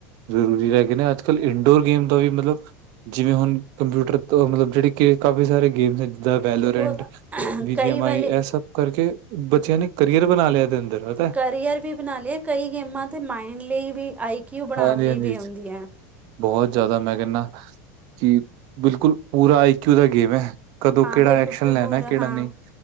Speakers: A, on the right; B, on the right.
A: ਜ਼ਰੂਰੀ ਰਹਿ ਗਏ ਨੇ ਅੱਜ ਕੱਲ੍ਹ ਇੰਨਡੋਰ ਗੇਮ ਦਾ ਵੀ ਮਤਲਬ ਜਿਵੇਂ ਹੁਣ ਕੰਪਿਊਟਰ ਮਤਲਬ ਜਿਹੜੇ ਕਾਫੀ ਸਾਰੇ ਗੇਮਸ ਜਿ ਵੈਲਰੈਂਟ
B: ਤੇ ਬਹੁਤ
A: ਵੀ
B: ਕਈ
A: ਜੀ ਐਮ
B: ਵਾਲੇ
A: ਆਈ ਇਹ ਸਭ ਕਰਕੇ ਬੱਚਿਆਂ ਨੇ ਕਰੀਅਰ ਬਣਾ ਲਿਆ ਇਹਦੇ ਅੰਦਰ ਪਤਾ
B: ਕਰੀਅਰ ਵੀ ਬਣਾ ਲਿਆ ਕਈ ਗੇਮਾਂ ਤੇ ਮਾਇੰਡ ਲਈ ਵੀ ਆਈ ਕਿਉ ਬਣਾਉਣ
A: ਹਾਂਜੀ
B: ਲਈ
A: ਹਾਂਜੀ
B: ਵੀ ਆਉਂਦੀ ਐ
A: ਬਹੁਤ ਜ਼ਿਆਦਾ ਮੈਂ ਕਹਿੰਦਾ ਕਿ ਬਿਲਕੁਲ ਪੂਰਾ ਆਈਕਯਊ ਦਾ ਗੇਮ ਐ ਕਦੋਂ
B: ਹਾਂ
A: ਕਿਹੜਾ
B: ਤੇ
A: ਐਕਸ਼ਨ
B: ਪੂਰਾ
A: ਲੈਣਾ ਕਿਹੜਾ
B: ਹਾਂ
A: ਨਹੀਂ